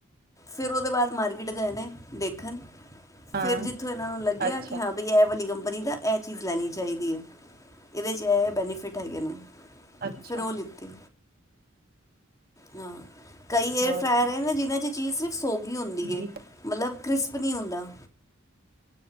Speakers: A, on the left (about 15°); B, on the right (about 45°).
A: ਫਿਰ ਉਹਦੇ ਬਾਅਦ ਮਾਰਕਿਟ ਗਏ ਨੇ ਦੇਖਣ
B: ਹਾਂ
A: ਫੇਰ ਜਿੱਥੋਂ ਇਹਨਾਂ ਨੂੰ ਲੱਗਿਆ
B: ਅੱਛਾ
A: ਕਿ ਹਾਂ। ਬਈ ਇਹ ਵਾਲੀ ਕੰਪਨੀ ਇਹਦਾ ਇਹ ਚੀਜ਼ ਲੈਣੀ ਚਾਹੀਦੀ ਹੈ। ਇਹਦੇ 'ਚ ਇਹ ਬੈਨੀਫਿਟ ਹੈਗੇ ਨੇ
B: ਅੱਛਾ
A: ਫਿਰ ਉਹ ਲਿੱਤੀ ਹਾਂ ਕਈ ਏਅ
B: ਹੋਰ
A: ਫਾਇਰ
B: ਕੀ
A: ਹੈ, ਜਿਹਨ੍ਹਾਂ ਚ ਜੀ ਸੀ ਸੋਗੀ ਹੁੰਦੀ
B: ਠੀਕ
A: ਹੈ ਮਤਲਬ ਕ੍ਰਿਸਪ ਨਹੀਂ ਹੁੰਦਾ